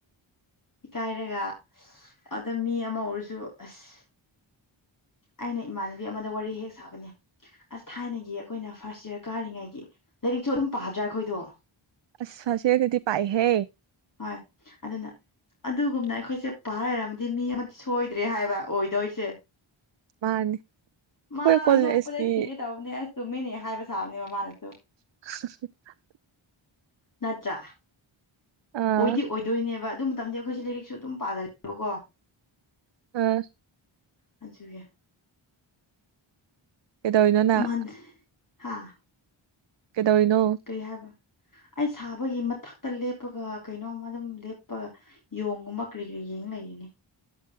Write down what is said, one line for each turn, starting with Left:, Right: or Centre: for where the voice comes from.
Left: ꯏꯀꯥꯏꯔꯒ ꯑꯗ ꯃꯤ ꯑꯃ ꯎꯔꯁꯨ ꯑꯁ ꯑꯩꯅ ꯏꯃꯥꯟꯅꯕꯤ ꯑꯃꯗ ꯋꯥꯔꯤ ꯍꯦꯛ ꯁꯥꯕꯅꯦ꯫ ꯑꯁ ꯊꯥꯏꯅꯒꯤ ꯑꯩꯈꯣꯏꯅ ꯐꯥꯔꯁ ꯌꯌꯥꯔ ꯀꯥꯔꯤꯉꯩꯒꯤ ꯂꯥꯏꯔꯤꯛꯇꯁꯨ ꯑꯗꯨꯝ ꯄꯥꯗ꯭ꯔꯥ ꯑꯩꯈꯣꯏꯗꯣ꯫
Right: ꯑꯁ ꯐꯔꯁ ꯌꯦꯔꯗꯗꯤ ꯄꯥꯏꯍꯦ꯫
Left: ꯍꯣꯏ ꯑꯗꯨꯅ ꯑꯗꯨꯒꯨꯝꯅ ꯑꯩꯈꯣꯏꯁꯦ ꯄꯥꯔ ꯂꯩꯔꯝꯃꯗꯤ ꯃꯤ ꯑꯃꯗꯤ ꯁꯣꯏꯗ꯭ꯔꯦ ꯍꯥꯏꯕ ꯑꯣꯏꯗꯣꯏꯁꯦ꯫
Right: ꯃꯥꯅꯤ ꯑꯈꯣꯏ
Left: ꯃꯥ
Right: ꯀꯣꯂꯦꯖꯀꯤ
Left: ꯅꯣꯛꯄꯗ ꯁꯤꯒꯦ ꯇꯧꯕꯅꯦ ꯑꯁ ꯆꯨꯝꯃꯤꯅꯦ ꯍꯥꯏꯕ ꯁꯥꯕꯅꯦꯕ ꯃꯥꯅꯁꯨ꯫
Right: <unintelligible>
Left: ꯅꯠꯇ꯭ꯔꯥ꯫
Right: ꯑꯥ
Left: ꯑꯣꯏꯗꯤ ꯑꯣꯏꯗꯣꯏꯅꯦꯕ ꯑꯗꯨ ꯃꯇꯝꯗꯤ ꯑꯈꯣꯏꯁꯨ ꯂꯥꯏꯔꯤꯛꯁꯨ ꯑꯗꯨꯝ ꯄꯥꯒꯜꯂꯦꯕꯀꯣ꯫
Right: ꯎꯝ꯫
Left: <unintelligible>
Right: ꯀꯩꯗꯧꯔꯤꯅꯣ
Left: <unintelligible>
Right: ꯅꯪ ꯀꯩꯗꯧꯋꯤꯅꯣ꯫
Left: ꯀꯔꯤ ꯍꯥꯏꯕ ꯑꯩ ꯁꯥꯕꯒꯤ ꯃꯊꯛꯇ ꯂꯦꯞꯄꯒ ꯀꯩꯅꯣꯝꯃ ꯑꯗꯨꯝ ꯂꯦꯞꯄꯒ ꯌꯣꯡꯒꯨꯝꯕ ꯀꯔꯤ ꯀꯔꯤ ꯌꯦꯡꯑ ꯂꯩꯔꯤꯅꯤ꯫